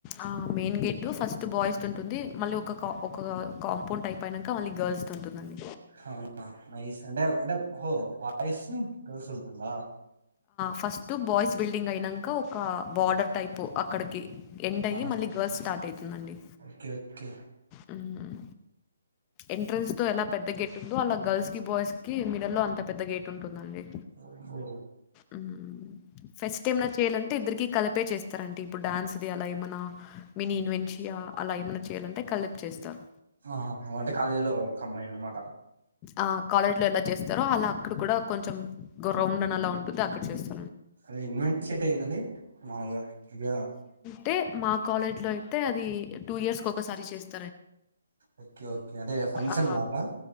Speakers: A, on the left; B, on the right.
A: ఆ మెయిన్ గేట్ ఫస్ట్ బాయ్స్ ఉంటుంది మళ్ళీ ఒక ఒక కాంపౌండ్ టైప్ అయినాక మళ్ళీ గర్ల్స్ ఉంటుందండి
B: అవునా నైస్ అంటే అంటే ఓహో బాయ్స్ గర్ల్స్ ఉంటుందా
A: ఫస్ట్ బాయ్స్ బిల్డింగ్ అయినాక ఒక బార్డర్ టైపు అక్కడికి ఎండ్ అయి
B: ఆహా
A: మళ్ళీ గర్ల్స్ స్టార్ట్ అవుతుందండి
B: ఓకే ఓకే
A: హ్మ్ ఎంట్రెన్స్ తో ఎలా పెద్ద గేట్ ఉందో అలా గర్ల్స్ కి బాయ్స్కి మిడిల్ లో అంత పెద్ద గేట్ ఉంటుంది అండి
B: ఓ
A: హ్మ్ ఫెస్ట్ టై చేయాలంటే ఇద్దరికి కలిపే చేస్తారంటే ఇప్పుడు డన్స్ది అలా ఏమైనా మీని ఇన్వెంటియ్య అలా ఏమైన్నా చేయాలంటే కలిపి చేస్తారు
B: ఆ అంటే కాలేజీలో కాంబినెద్ అనమాట
A: ఆ కాలేజ్ లో ఎలా చేస్తారో అలా అక్కడ కూడా కొంచెం గ్రౌండ్ అని అలా ఉంటది అక్కడ చేస్తారు
B: అదే ఇన్వెంటియా అంటే ఏంది అండి మాములుగా
A: టే మా కాలేజ్ లో అయితే అది టూ ఇయర్స్ కి ఒకసారి చేస్త
B: ఓకే ఓకే అంటే ఫంక్షన్
A: ఆ
B: లాగా